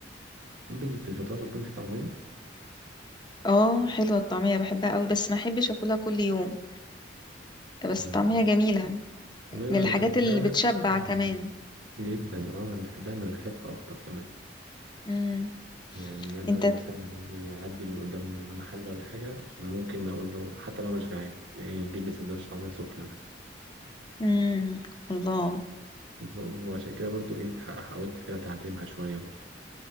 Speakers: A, on the right (about 85°); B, on the left (about 25°).
A: بتحبي في الفطار تكون في طعمية؟
B: اه حلوة الطعمية بحبها قوي بس ما احبش اكلها كل يوم بس
A: مم.
B: الطعمية جميلة
A: والله
B: من الحاجات
A: انا بحبها
B: اللي بتشبع
A: مم.
B: كمان
A: جدا اه انا بحبها من ريحتها اكتر كمان
B: مم.
A: يعني انا
B: انت
A: أنا مثلا لما أجي اعدي من قدام محل ولا حاجة أنا ممكن اقول له حتى لو مش جعان يعني اجيب لي سندوتش طعمية سخنة مثلا
B: مم. الله
A: ب- وعشان كده برضو ايه تح- حاولت كده اتعلمها شوية برضو